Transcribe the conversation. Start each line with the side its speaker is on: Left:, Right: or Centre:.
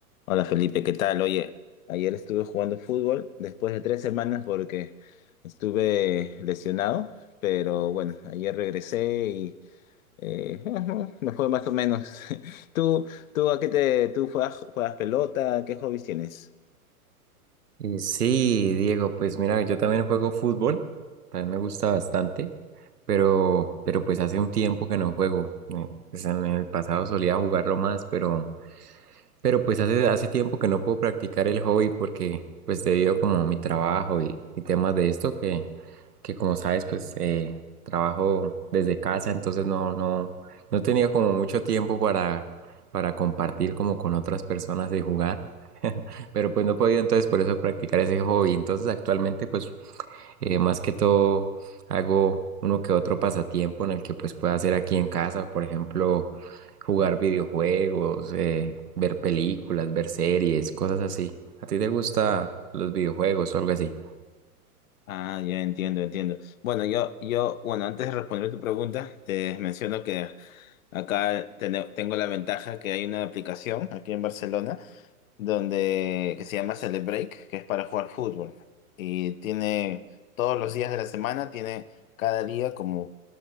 Left: Hola Felipe, ¿qué tal? Oye, ayer estuve jugando fútbol después de tres semanas porque estuve lesionado, pero bueno, ayer regresé y eh, <laughs> me fue más o menos. <laughs> ¿Tú, tú a qué te, tú juegas, juegas pelota? ¿Qué hobbies tienes?
Right: Y sí, Diego, pues mira, yo también juego fútbol, también me gusta bastante, pero, pero pues hace un tiempo que no juego. eh, Pues en el pasado solía jugarlo más, pero, pero pues hace, hace tiempo que no puedo practicar el hobby porque pues debido como a mi trabajo y, y temas de esto que, que como sabes pues eh, trabajo desde casa entonces no, no, no tenía como mucho tiempo para, para compartir como con otras personas y jugar. <laughs> Pero pues no he podido entonces por eso practicar ese hobby. Entonces actualmente pues eh, más que todo hago uno que otro pasatiempo en el que pues pueda hacer aquí en casa, por ejemplo, jugar videojuegos, eh, ver películas, ver series, cosas así. ¿A ti te gustan los videojuegos o algo así?
Left: Ah, ya entiendo, entiendo. Bueno, yo, yo, bueno, antes de responder tu pregunta, te menciono que acá tene- tengo la ventaja que hay una aplicación aquí en Barcelona donde que se llama Celebreak, que es para jugar fútbol. Y tiene todos los días de la semana, tiene cada día como